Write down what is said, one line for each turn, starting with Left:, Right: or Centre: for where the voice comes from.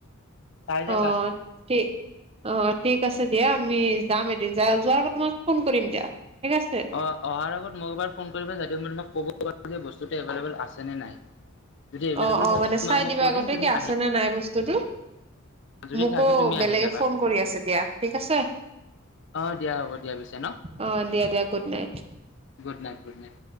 Left: চাই যাবা।
Right: অ টি অ ঠিক আছে দিয়া আমি যাম এতি । ৰিজাল যোৱাৰ আগত তোমাক ফোন কৰিম দিয়া। ঠিক আছে
Left: অ অহাৰ আগত মোক এবাৰ ফোন কৰিবা যে তুমি মানে মোক ক'ব পৰা বস্তুটো এভেল-ওবোল আছেনে নাই। যদি এভেইলেবল
Right: অ অ
Left: থাকে
Right: মানে
Left: তোমাক
Right: চাই
Left: মই
Right: দিবা
Left: কৈ
Right: আগতে
Left: দিম তুমি
Right: কি আছে
Left: আহি
Right: নে নাই বস্তুতটো।
Left: যদি
Right: মোকো
Left: থাকে তুমি
Right: বেলেগে
Left: আহি যাবা।
Right: ফোন কৰি আছে দিয়া ঠিক আছে।
Left: অ দিয়া হ'ব দিয়া পিছে ন
Right: অ দিয়া দিয়া good night.
Left: Good night good night.